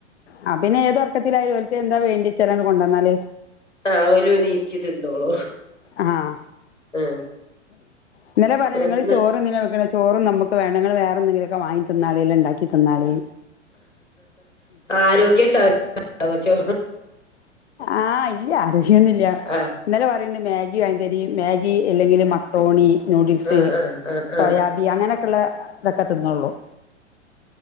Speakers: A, on the left (about 60°); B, on the left (about 85°).
A: ആ പിന്നെ ഏത് ഒർക്കത്തിലായാലും ഓല്ക്ക് എന്താ വേണ്ടിച്ചാല് മ്മള് കൊണ്ടുവന്നാല്
B: ആ ഓലു എണിച്ച് തിന്നോളൂ
A: ആഹ്
B: ആ
A: ഇന്നലെ പറയാ
B: ആ
A: നിങ്ങള്
B: ന്ന്
A: ചോറെന്തിന വെക്കണെ ചോറും നമ്മുക്ക് വേണങ്ങൾ വേറെന്തെങ്കിലുക്കെ വാങ്ങി തിന്നാളി അല്ല ഇണ്ടാക്കിതിന്നാളി
B: ആരോഗ്യം ഉണ്ടാവ് <unintelligible> വെച്ചോ
A: ആഹ് ഇല്ല ആരോഗ്യൊന്നുഇല്ല്യ
B: ആ
A: ഇന്നലെ പറയണ് മെ മ്യാഗി വേണ്ട ഇനി മ്യാഗി ഇല്ലെങ്കിൽ മക് റോണി നൂഡിൽസ്
B: ആ ആ ആ ആ
A: സോയാബി
B: ആ
A: അങ്ങനെയൊക്കെയള്ള ഇതൊക്കെ തിന്നോളും.